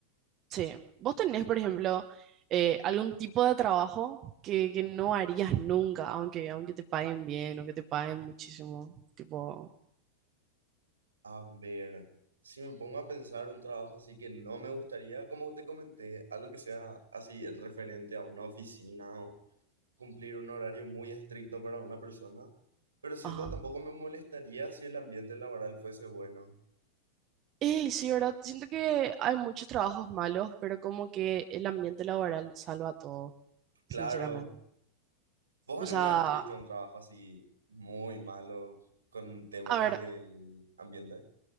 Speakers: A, on the right; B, on the right.
A: Sí, vos tenés, por ejemplo, eh, algún tipo de trabajo que, que no harías nunca, aunque, aunque te paguen bien, aunque te paguen muchísimo, tipo,
B: A ver, si me pongo a pensar un trabajo así que no me gustaría, como te comenté, algo que sea así referente a una oficina o cumplir un horario muy estricto para una persona, pero siento
A: ajá.
B: tampoco me molestaría si el ambiente laboral fuese bueno.
A: Ey, sí, ¿verdad? Siento que hay muchos trabajos malos, pero como que el ambiente laboral salva todo,
B: Claro,
A: sinceramente.
B: ¿vos
A: O
B: alguna
A: sea,
B: vez tuviste un trabajo así muy malo con temas
A: a ver,
B: del ambiente?